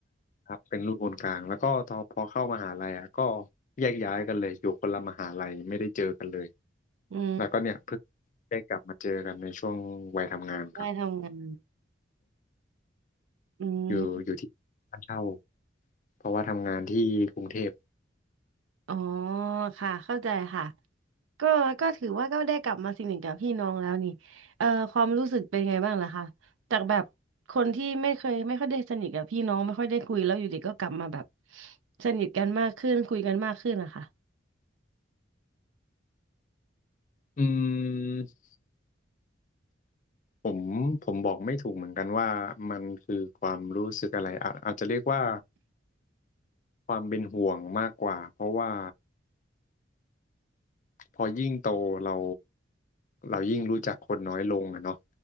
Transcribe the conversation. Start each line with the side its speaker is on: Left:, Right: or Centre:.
Left: ครับเป็นลูกคนกลางแล้วก็พอพอเข้ามหาลัยอ่ะก็แยกย้ายกันเลยอยู่คนละมหาลัยไม่ได้เจอกันเลย
Right: อื
Left: แล้วก็เนี่ยเพิ่งได้กลับมาเจอกันในช่วงวัยทำงานครับ
Right: มได้ทำงานอืม
Left: อยู่อยู่ที่บ้านเช่าเพราะว่าทำงานที่กรุงเทพ
Right: อ๋อค่ะเข้าใจค่ะ ก็ก็ถือว่าก็ได้กลับมาสงหนิทกับพี่น้องแล้วนี่เอ่อความรู้สึกเป็นไงบ้างล่ะคะจากแบบคนที่ไม่เคยไม่ค่อยได้สนิทกับพี่น้องไม่ค่อยได้คุยแล้วอยู่ดีก็กลับมาแบบสนิทกันมากขึ้นคุยกันมากขึ้นนะคะ
Left: อืมผมผมบอกไม่ถูกเหมือนกันว่ามันคือความรู้สึกอะไรอะอาจจะเรียกว่าความเป็นห่วงมากกว่าเพราะว่าพอยิ่งโตเราเรายิ่งรู้จักคนน้อยลงอะเนาะ